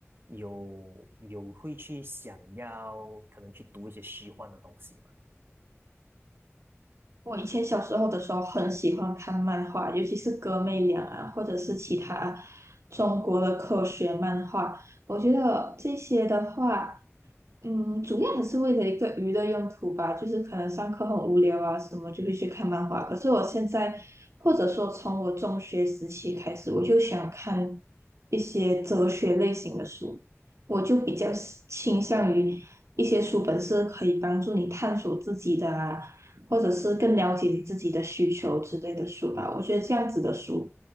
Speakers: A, on the right; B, on the right.
A: 有有会去想要可能去读一些虚幻的东西吗？
B: 我以前小时候的时候很喜欢看漫画，尤其是哥妹俩啊，或者是其他中国的科学漫画。我觉得这些的话，嗯，主要还是为了一个娱乐用途吧，就是可能上课很无聊啊，什么就会去看漫画。可是我现在，或者说从我中学时期开始，我就想看一些哲学类型的书。我就比较倾向于一些书本是可以帮助你探索自己的啊，或者是更了解你自己的需求之类的书吧。我觉得这样子的书